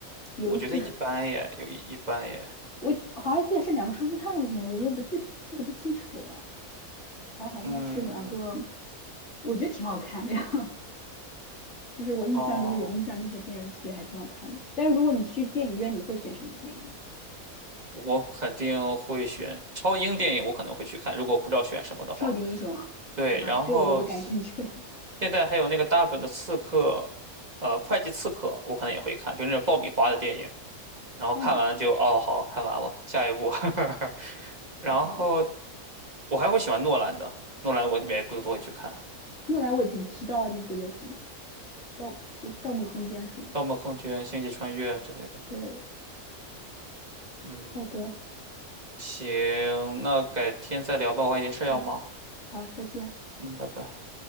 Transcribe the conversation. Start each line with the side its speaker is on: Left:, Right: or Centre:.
Left: 有一次
Right: 我觉得一般耶，有一一般耶。
Left: <laughs> 我记好像记得是两个双胞胎还是什么，我都不记得记得不清楚了。反正好像是两个，
Right: 嗯，
Left: 我觉得挺好看的呀。<laughs> 就是我印象中有印象那些电视剧还挺好看的。
Right: 哦，
Left: 但是如果你去电影院，你会选什么电影？
Right: 我肯定会选超英电影，我可能会去看，如果我不知道选什么的话。
Left: 超级英雄啊？
Right: 对，
Left: 好吧，
Right: 然后现
Left: 这我都不感兴趣的。
Right: 现在还有那个大本的刺客，呃，会计刺客，我可能也会看，就那种爆米花的电影。
Left: <laughs>
Right: 然后看完了就哦，
Left: 爆米花？
Right: 好看完了，下一部。<laughs> 然后
Left: 好吧，我
Right: 我还会喜欢诺兰的，诺兰的我每一部都会去看。
Left: 诺兰我只知道那个叫什么《盗》是《盗梦空间》是吗？
Right: 《盗梦空间》《星际穿越》之类的。
Left: 对。
Right: 嗯，
Left: 好的，
Right: 行，那改天再聊吧，我还有些事儿要忙。
Left: 好，好，再见。
Right: 嗯，拜拜。